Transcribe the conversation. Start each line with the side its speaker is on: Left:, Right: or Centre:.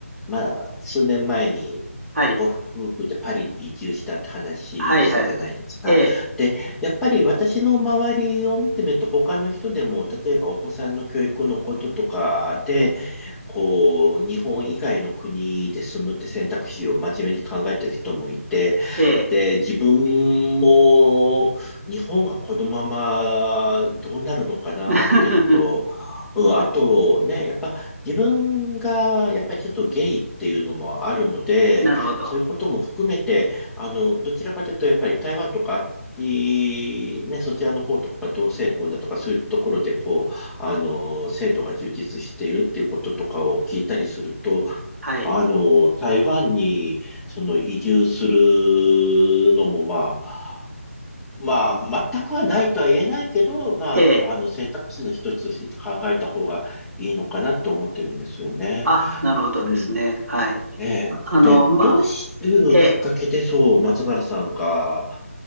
Centre: まあ、数年前に、
Right: はい。
Centre: ご夫婦でパリに移住したって話したじゃないですか。
Right: はいはい。ええ、
Centre: で、やっぱり私の周りを見てみると、他の人でも、例えばお子さんの教育のこととかこう、日本以外の国で住むって選択肢を真面目に考えてる人もいて、
Right: ええ。
Centre: で、自分も日本がこのままどうなるのかなっていうのと、
Right: <laughs>
Centre: うん、あとね、やっぱ自分がやっぱりちょっとゲイっていうのもあるので、
Right: なるほど。
Centre: そういうことも含めて、あの、どちらかというとやっぱり台湾とかあっち、ね、そちらの方とかが同性婚だとかそういうところでこう、あの、制度が充実しているっていうこととかを聞いたりすると、
Right: はい。
Centre: あの、台湾にその移住するのもまあ、まあ、全くはないとは言えないけど、まあ、
Right: ええ。
Centre: あの、選択肢の一つとして考えた方がいいのかなって思ってるんですよね。
Right: あ、なるほどですね。
Centre: うん。
Right: はい。
Centre: ええ。
Right: あの、
Centre: で、
Right: まあ、
Centre: どういうきっかけでそう、
Right: ええ。
Centre: 松原さんが